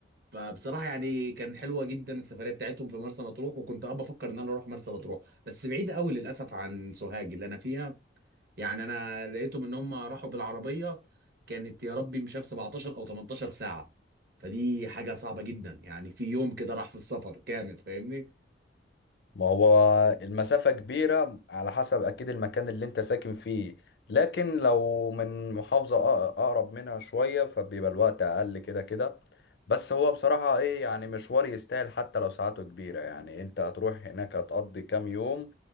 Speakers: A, on the right; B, on the left.
A: فبصراحة يعني كان حلوة جدا السفرية بتاعتهم في مرسى مطروح وكنت اه بفكر ان انا اروح مرسى مطروح بس بعيدة قوي للاسف عن سوهاج اللي انا فيها يعني انا لقيتهم ان هم راحوا بالعربية كانت يا ربي مش عارف 17 او 18 ساعة فدي حاجة صعبة جدا يعني في يوم كده راح في السفر كامل فاهمني
B: ما هو المسافة كبيرة على حسب أكيد المكان اللي أنت ساكن فيه لكن لو من محافظة أق- أقرب منها شوية فبيبقى الوقت أقل كده كده بس هو بصراحة إيه يعني مشوار يستاهل حتى لو ساعاته كبيرة يعني أنت هتروح هناك هتقضي كام يوم